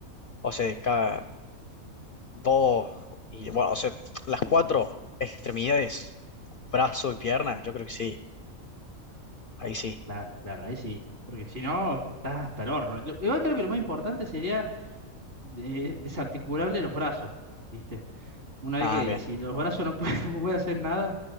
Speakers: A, on the left; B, on the right.
A: o sea, de cada dos, y bueno, o sea, las cuatro extremidades, brazo y pierna, yo creo que sí, ahí sí.
B: Claro, claro, ahí sí. Porque si no, estás hasta el horno. Lo- Igual creo que lo más importante sería de- desarticularle los brazos, ¿viste? Una
A: Ah,
B: vez que
A: bien.
B: si los brazos no pueden, <laughs> hacer nada,